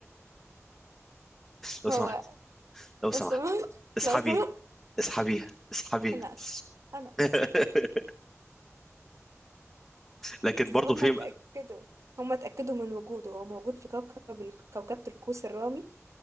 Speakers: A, in the centre; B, on the right (about 70°).
A: لو سمحت
B: هو
A: لو سمحت
B: لا سمح
A: اسحبي
B: لا سمح
A: اسحبيها اسحبيها
B: أنا آسف أنا
A: <laughs>
B: آسف
A: لكن
B: بس
A: برضه
B: هما
A: في
B: اتأكدوا هما اتأكدوا من وجوده هو موجود في كوكب ال- كوكبة القوس الرامي